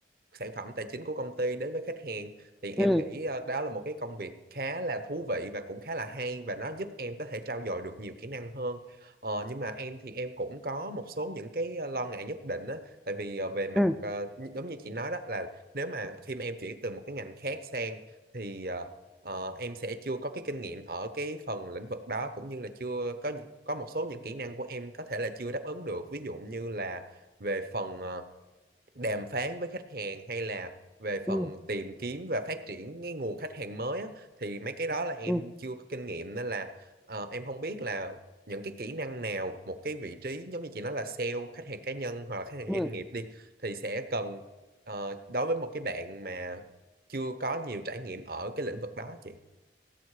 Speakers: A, on the right (about 55°); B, in the centre.
A: sản phẩm tài chính của công ty đến với khách hàng thì em
B: ừ
A: nghĩ ờ, đó là một cái công việc khá là thú vị và cũng khá là hay và nó giúp em có thể trau dồi được nhiều kỹ năng hơn ờ, nhưng mà em thì em cũng có một số những cái ờ, lo ngại nhất định á tại vì ờ, về mặt
B: ừ
A: ờ, như- giống như chị nói đó là nếu mà khi mà em chuyển từ một cái ngành khác sang thì ờ, ờ, em sẽ chưa có cái kinh nghiệm ở cái phần lĩnh vực đó cũng như là chưa có những- có một số những kỹ năng của em có thể là chưa đáp ứng được ví dụ như là về phần ờ, đàm phán với khách hàng hay là về phần
B: ừ
A: tìm kiếm và phát triển cái nguồn khách hàng mới á, thì mấy cái đó là em
B: ừ
A: chưa có kinh nghiệm nên là ờ, em không biết là những cái kỹ năng nào một cái vị trí giống như chị nói là sale khách hàng cá nhân hoặc là khách hàng
B: ừ
A: doanh nghiệp đi thì sẽ cần ờ, đối với một cái bạn mà chưa có nhiều trải nghiệm ở cái lĩnh vực đó chị